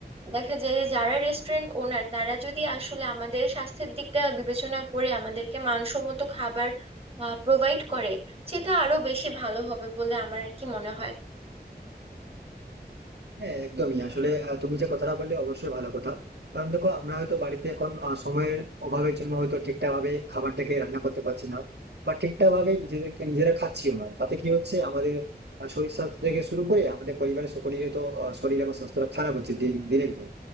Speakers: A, on the right; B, on the right.
A: দেখা যায় যে যারা রেস্টুরেন্ট ওনার তারা যদি আসলে আমাদের স্বাস্থ্যের দিকটা বিবেচনা করে আমাদেরকে মানসম্মত খাবার প্রোভাইড করে সেটা আরো বেশি ভালো হবে বলে আমার আর কি মনে হয়
B: হ্যাঁ একদমই আসলে আহ, তুমি যে কথাটা বললে অবশ্যই ভালো কথা কারণ দেখো আমরা হয়তো বাড়িতে এখন আহ, সময়ের অভাবের জন্য হয়তো ঠিকঠাক ভাবে খাবারটাকে রান্না করতে পারছি না বা ঠিকঠাক ভাবে নিজেদেরকে নিজেরা খাচ্ছিও না তাতে কি হচ্ছে আমাদের আহ, শরীর স্বাস্থ্য থেকে শুরু করে আমাদের পরিবারের সকলেরই তো আহ, শরীর এবং স্বাস্থ্যটা খারাপ হচ্ছে দিন দিনের দিন